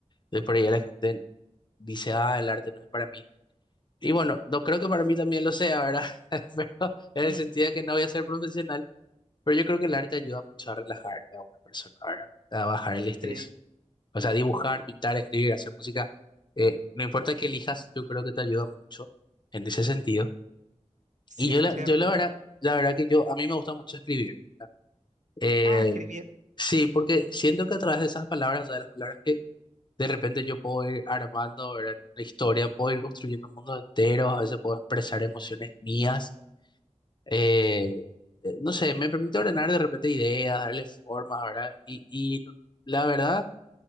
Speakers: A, on the left; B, on the right.
A: de por ahí la gente dice, ah, el arte no es para mí. Y bueno, no creo que para mí también lo sea, ¿verdad? <laughs> Pero en
B: ujú.
A: el sentido de que no voy a ser profesional, pero yo creo que el arte ayuda mucho a relajar a una persona, ¿verdad? A bajar el
B: Sí,
A: estrés. O sea, dibujar, pintar, escribir, hacer música, eh, no importa qué elijas, yo creo que te ayuda mucho en ese sentido.
B: sí,
A: Y yo
B: estoy
A: la, yo
B: de acuerdo.
A: la verdad, la verdad que yo, a mí me gusta mucho escribir. Eh,
B: Ah, escribir.
A: sí, porque siento que a través de esas palabras, o sea, de las palabras que de repente yo puedo ir armando, ¿verdad? Una historia, puedo ir construyendo mundos enteros, a veces puedo expresar emociones mías. eh, eh, no sé, me permite ordenar de repente ideas, darle formas, ¿verdad? Y, y la verdad...